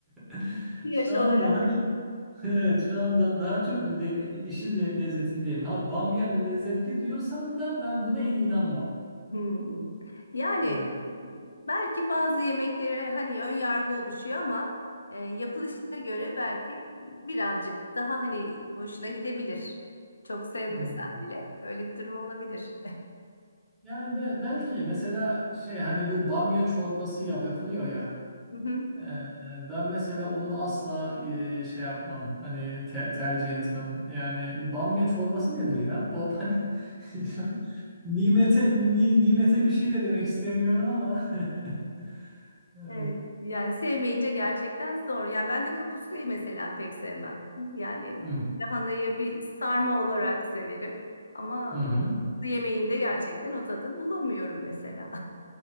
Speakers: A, in the centre; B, on the left.
A: <laughs>
B: Yaş
A: Şu
B: olarak.
A: an daha çok <laughs> Evet, şu anda daha çok le- işin le- lezzetindeyim. Ha bamya lezzetli diyorsan da ben buna in inanmam.
B: Hmm. Yani
A: Evet.
B: belki bazı yemeklere hani ön yargı oluşuyor ama e, yapılışına göre belki birazcık daha hani hoşuna gidebilir. Çok sevmesen
A: Hmm.
B: bile öyle bir durum olabilir.
A: Yani be, belki mesela şey hani bu bamya çorbası yap yapılıyor ya.
B: <laughs>
A: Ee, ben mesela onu asla e, şey yapmam. Hani te- tercih etmem. Yani bamya çorbası nedir ya? Bu hani <laughs> şu an nimete ni- nimete bir şey de demek istemiyorum ama. <laughs> Evet.
B: Evet, yani sevmeyince gerçekten zor. Yani ben de kapuskayı mesela pek sevmem. Yani
A: Hmm.
B: lahanayı bir sarma olarak severim ama
A: Hı hı.
B: yemeğinde gerçekten o tadı bulamıyorum mesela.